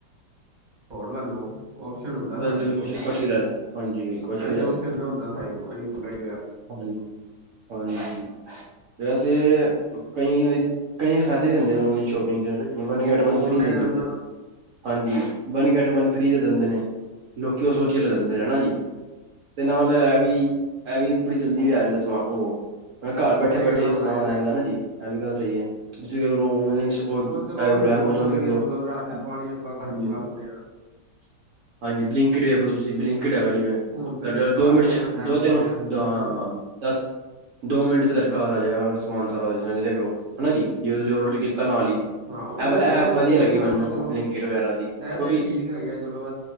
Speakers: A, on the right; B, on the right.
A: ਹੋਰ ਲੈਲੋ ਔਪਸ਼ਨ ਹੁੰਦਾ, ਸਾਡੇ
B: ਤੁਸੀਂ
A: ਕੋਲ
B: ਕੁਛ ਕੁਛ ਵੀ ਲੈ ਲੋ ਹਾਂਜੀ ਕੁਛ
A: ਐਹੋ
B: ਵੀ
A: ਜਾ ਔਪਸ਼ਨ ਨੀ ਹੁੰਦਾ ਸਾਡੇ ਕੋਲ <inaudible>
B: ਹਾਂਜੀ-ਹਾਂਜੀ ਵੈਸੇ ਕਈ, ਕਈ ਫੈਦੇ ਵੀ ਹੁੰਦੇ ਨੇ ਔਨਲਾਈਨ ਸ਼ੋਪਿੰਗ 'ਚ
A: ਉਹ
B: ਵਨ ਗੈਟ ਵਨ
A: ਔਨਲਾਈਨ
B: ਫ੍ਰਰੀ ਦ ਹਾਂਜੀ ਵਨ ਗੈਟ ਵਨ ਫ੍ਰਰੀ ਦੇ ਦਿੰਦੇ ਨੇ ਲੋਕੀ ਓ ਸੋਚਕੇ ਲੈ ਲੈਂਦੇ ਨੇ ਹਨਾ ਜੀ। ਤੇ ਨਾਲ ਐ ਵੀ ਐ ਵੀ ਬੜੀ ਜਲਦੀ ਆ ਜਾਂਦਾ ਸਮਾਨ ਓ। ਘਰ ਬੈਠੇ
A: ਉਹ ਰੇਟ
B: -ਬੈਠੇ
A: ਡਾਊਨ
B: ਸਮਾਨ ਆ ਜਾਂਦਾ
A: ਹੈ।
B: ਨਾ ਜੀ, ਇਹ ਵੀ ਗੱਲ ਸਹੀ ਹੈ ਤੁਸੀਂ ਆਨਲਾਈਨ, ਉਹ ਵੇਖ
A: ਚਲੋ ਹੁਣ
B: ਲੋ ਐਮਾਜ਼ੋਨ
A: ਖੁੱਲ
B: ਵੇਖ
A: ਗਿਆ
B: ਲੋ
A: ਮਤਲਬ ਰਾਸ਼ਨ
B: ਹਾਂਜੀ।
A: ਪਾਣੀ ਆਪਾਂ ਘਰ ਮੰਗਵਾ ਸਕਦੇ ਹਾਂ।
B: ਹਾਂਜੀ ਬਲਿੰਕਟ ਵੇਖ ਲੋ ਤੁਸੀਂ ਬਲਿੰਕਟ ਹੈਗਾ ਜਿਵੇਂ, ਤੁਹਾਡੇ
A: ਹੁਣ ਤੇ
B: ਦੋ
A: ਆਨਲਾਈਨ
B: ਮਿੰਟ ਚ,
A: ਐਪ
B: ਦੋ ਤਿੰਨ
A: ਬਣ ਗਿਆ
B: ਦ
A: ਹੂੰ
B: ਦਸ ਦੋ ਮਿੰਟ ਤੇ ਤੁਹਾਡੇ ਘਰ ਆ ਜਾਏਗਾ ਸਮਾਨ ਸਾਰਾੇ ਦੇਖ ਲਓ ਹਨਾ ਜੀ ਜੇ ਤੁਸੀਂ ਔਡਰ ਕੀਤਾ ਨਾਲ ਹੀ।
A: ਹਾਂ ਨਹੀਂ
B: ਇਹ ਇਹ
A: ਉਹ
B: ਵਧੀਆ
A: ਉਹਦੇ
B: ਲੱਗੀ
A: ਨਾਲ
B: ਮੈਨੂੰ
A: ਤੇ
B: ਉਹ
A: ਚਲੋ,
B: ਬਲਿੰਕਟ ਵਗੈਰਾ ਦੀ ਕਿਉਂਕਿ
A: ਇਹ ਤੇ ਠੀਕ ਹੈਗੇ ਚਲੋ।